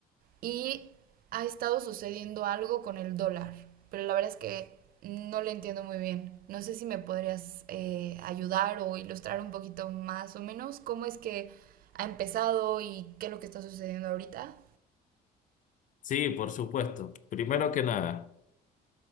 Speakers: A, on the right; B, on the left.
A: Y ha estado sucediendo algo con el dólar, pero la verdad es que no le entiendo muy bien. No sé si me podrías eh, ayudar o ilustrar un poquito más o menos cómo es que ha empezado y qué es lo que está sucediendo ahorita.
B: sí, por supuesto. Primero que nada,